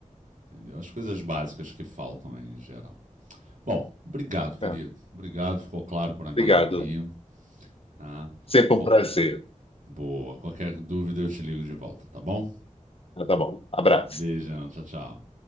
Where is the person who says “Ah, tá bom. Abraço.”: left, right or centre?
Left